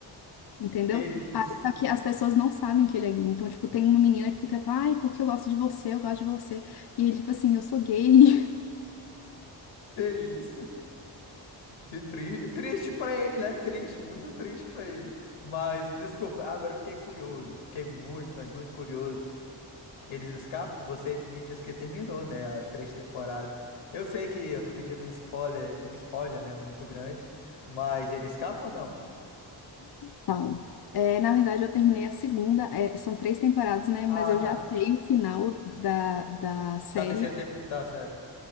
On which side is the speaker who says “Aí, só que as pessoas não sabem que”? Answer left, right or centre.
Left